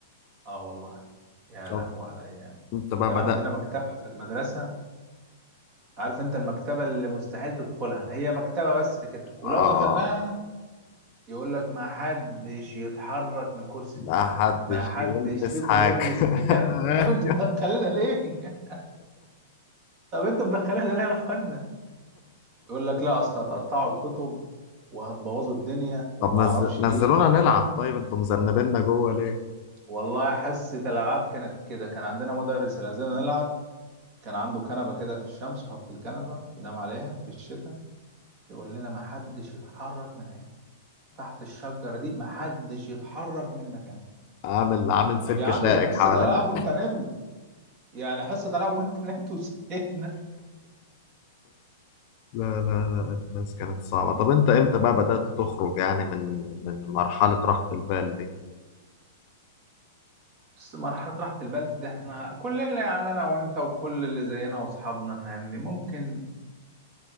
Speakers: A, on the right (about 40°); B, on the left (about 45°).
A: آه والله يا
B: طب
A: لهوي على الأيام
B: انت بقى
A: وكان
B: بدأت
A: عندنا مكتبة في المدرسة عارف أنت المكتبة اللي مستحيل تدخلها هي مكتبة بس كده ولو
B: اه
A: دخلناها يقول لك ما حدش يتحرك من الكرسي
B: لا
A: بتاعه
B: حدش
A: ما حدش
B: يلمس
A: فيكم
B: حاجه
A: يلمس
B: <laughs>
A: كتاب <laughs> طب انتوا مدخلينها ليه؟ <laughs> طب انتوا مدخلينها ليه يا اخوانا؟ يقول لك لا اصل هتقطعوا الكتب وهتبوظوا الدنيا وما
B: طب
A: اعرفش
B: نز... نزلونا
A: ايه
B: نلعب طيب انتوا مذنبيننا جوه ليه
A: والله حصة الالعاب كانت كده كان عندنا مدرس اللي نزلنا نلعب كان عنده كنبة كده في الشمس يحط الكنبة ينام عليها في الشتاء يقول لنا ما حدش يتحرك من هنا تحت الشجرة دي ما حدش يتحرك من مكانه
B: عامل عامل
A: طب
B: سلك
A: يا عم
B: شائك
A: ده حصة
B: حوالينا
A: العاب وانت نمت يعني حصة العاب وانت <laughs> نمت وسيبنا
B: لا لا لا الناس كانت صعبة طب انت امتى بقى بدأت تخرج يعني من من مرحلة راحة البال دي
A: بس مرحلة راحة البال ده احنا كلنا يعني انا وانت وكل اللي زينا واصحابنا فاهمني ممكن